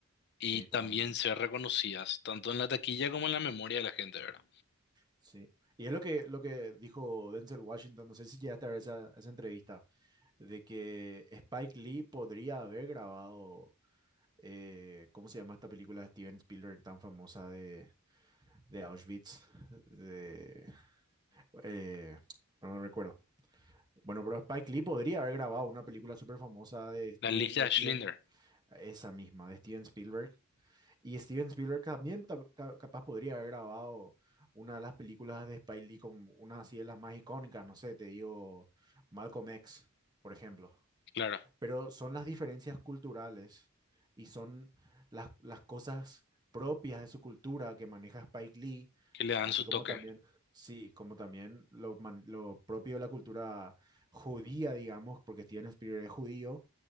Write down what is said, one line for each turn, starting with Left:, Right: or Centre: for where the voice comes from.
Left: y
Right: Sí,
Left: también
Right: totalmente.
Left: ser reconocidas, tanto en la taquilla como en la memoria de la gente, ¿verdad?
Right: Sí. Y es lo que, lo que dijo Denzel Washington, no sé si llegaste a ver esa, esa entrevista, de que Spike Lee podría haber grabado eh, ¿cómo se llama esta película de Steven Spielberg tan famosa de, de Auschwitz? De, eh, no no recuerdo. Bueno, pero Spike Lee podría haber grabado una película súper famosa de, Ste-
Left: La lista
Right: de
Left: de
Right: Steven,
Left: Schindler,
Right: esa misma, de Steven Spielberg. Y Steven Spielberg también ta- ca- capaz podría haber grabado una de las películas de Spike Lee, como una así de las más icónicas, no sé, te digo Malcolm X, por ejemplo
Left: claro,
Right: pero son las diferencias culturales y son las, las cosas propias de su cultura que maneja Spike Lee,
Left: que le dan
Right: así
Left: su
Right: como
Left: toque,
Right: también, sí, como también lo, man- lo propio de la cultura judía, digamos, porque Steven Spielberg es judío,